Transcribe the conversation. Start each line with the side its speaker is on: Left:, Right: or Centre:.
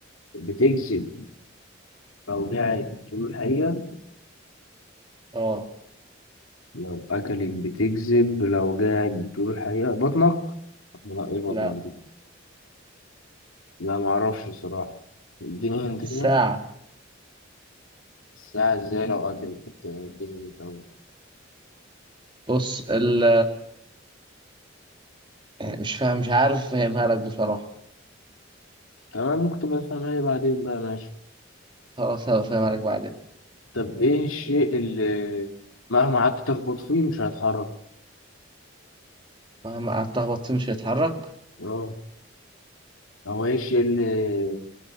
Left: بتجذب لو قاعد بتقول الحقيقة
Right: اه
Left: لو أكلك بتكذب لو قاعد بتقول الحقيقة بطنك لا إيه بطنك
Right: لا
Left: دي لا معرفش الصراحة اديني انت
Right: ساعة
Left: كده الساعة ازاي لو أكلك بت- كذبت أوي
Right: بص ال مش فاهم مش عارف أفهمها لك بصراحة
Left: تمام ممكن تبقى تفهمها لي بعدين بقى ماشي
Right: خلاص هفهم عليك بعدين
Left: طب إيه الشيء اللي مهما قعدت تخبط فيه مش هيتحرك
Right: مهما قعدت أخبط فيه مش هيتحرك
Left: اه هو إيه الشيء اللي